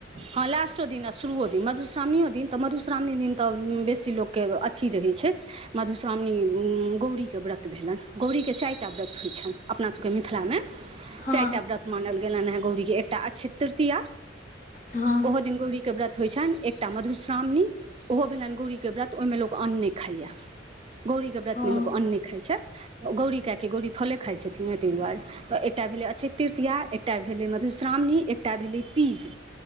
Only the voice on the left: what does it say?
हँ
हँ
ओ